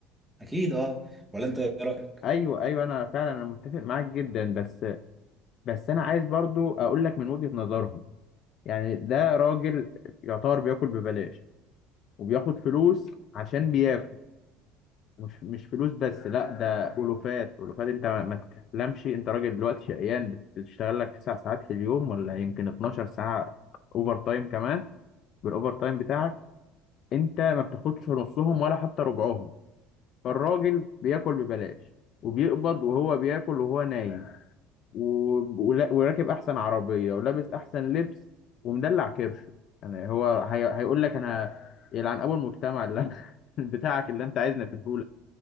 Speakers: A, in the centre; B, on the left.
A: اكيد اه ولا انت ايه رايك
B: ايوه ايوه انا فعلا انا متفق معاك جدا بس بس انا عايز برضو اقول لك من وجهة نظرهم يعني ده راجل يعتبر بياكل ببلاش وبياخد فلوس عشان بياكل مش مش فلوس بس لا ده ألوفات ألوفات أنت ما تحلمش أنت راجل دلوقتي شقيان بتشتغل لك تسع ساعات في اليوم ولا يمكن 12 ساعة أوفر تايم كمان بالأوفر تايم بتاعك أنت ما بتاخدش نصهم ولا حتى ربعهم فالراجل بياكل ببلاش وبيقبض وهو بياكل وهو نايم و... ولا- وراكب أحسن عربية ولابس أحسن لبس ومدلع كرشه يعني هو هي... هيقول لك أنا يلعن أبو المجتمع اللي <laughs> بتاعك اللي أنت عايزنا في